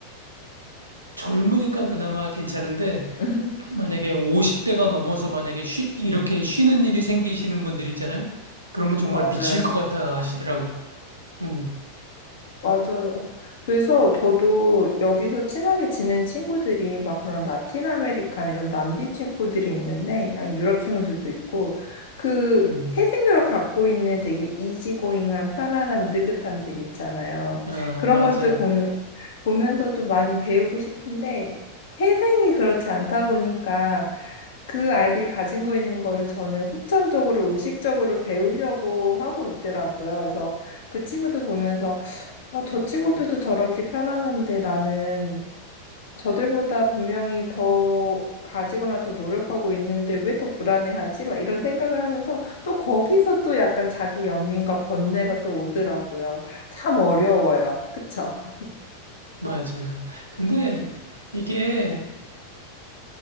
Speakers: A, on the right (about 80°); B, on the left (about 55°).
A: 젊으니까 그나마 괜찮은데
B: <laughs>
A: 만약에 50대가 넘어서 만약에 쉬, 이렇게 쉬는 일이 생기시는 분들 있잖아요. 그러면 정말
B: 맞아요.
A: 미칠 것 같아 하시더라고요. 음,
B: 맞아요. 그래서 저도 여기서 친하게 지낸 친구들이 막 그런 라틴 아메리카나 이런 남비 친구들이 있는데, 아니 유럽 친구들도 있고, 그
A: 음.
B: 태생적으로 갖고 있는 되게 이지고잉한 편안함, 느긋함들 있잖아요.
A: 아,
B: 그런
A: 맞아요.
B: 것들 보면, 보면서 좀 많이 배우고 싶은데, 태생이 그렇지 않다 보니까 그 아이들이 가지고 있는 거를 저는 후천적으로, 의식적으로 배우려고 하고 있더라고요. 그래서 그 친구들 보면서 아, 저 친구들도 저렇게 편안한데 나는 저들보다 분명히 더 가지거나 더 노력하고 있는데 왜 더 불안해하지? 막 이런 생각을 하면서 또 거기서 또 약간 자기 연민과 번뇌가 또 오더라고요. 참 어려워요. 그쵸? <laughs>
A: 맞아요. 근데 이게